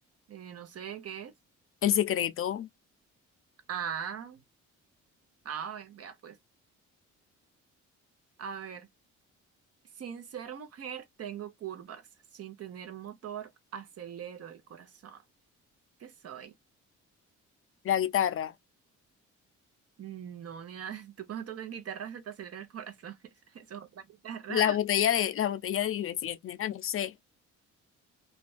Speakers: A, on the right; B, on the left.
A: Eh, no sé qué es.
B: El secreto,
A: Ah, ah, ve- vea pues. A ver. Sin ser mujer tengo curvas. Sin tener motor acelero el corazón. ¿Qué soy?
B: la guitarra,
A: No, ni nada. <laughs> Tú cuando tocas guitarra se te acelera el corazón. <laughs> Eso es otra guitarra.
B: la botella
A: <laughs>
B: de, la botella de Vive nena, no sé.